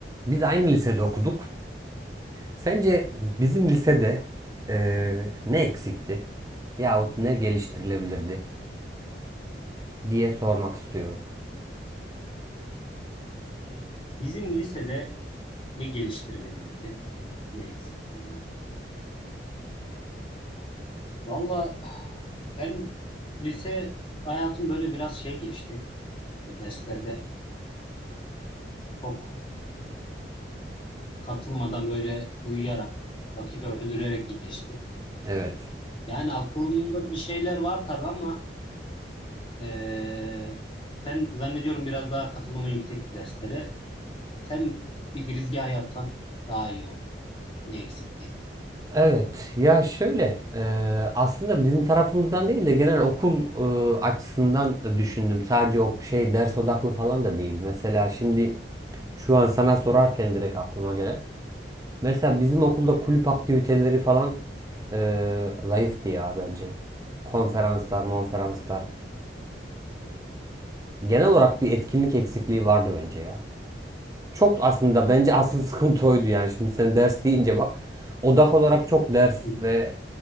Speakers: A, on the right (about 20°); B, on the left (about 30°).
A: Biz aynı lisede okuduk. Sence bizim lisede eee, ne eksikti yahut ne geliştirilebilirdi diye sormak istiyorum.
B: Bizim lisede ne geliştirilebilirdi, ne eksikti? Valla ben lise hayatım böyle biraz şey geçti. Derslerde çok katılmadan böyle uyuyarak, vakit öldürerek geçti.
A: Evet.
B: Yani aklımda bir şeyler var tabii ama eee, sen zannediyorum biraz daha katılımın yüksek bir derslere. Sen bir girizgah yapsan daha iyi olur. Ne eksikti?
A: Evet ya şöyle eee, aslında bizim tarafımızdan değil de genel okul eee, açısından düşündüm. Sadece o şey ders odaklı falan da değil. Mesela şimdi şu an sana sorarken direkt aklıma gelen. Mesela bizim okulda kulüp aktiviteleri falan eee, zayıftı ya bence konferanslar, monferanslar Genel olarak bir etkinlik eksikliği vardı bence ya. Çok aslında bence asıl <laughs> sıkıntı oydu yani. Şimdi sen ders deyince bak odak olarak çok ders
B: Hı
A: ve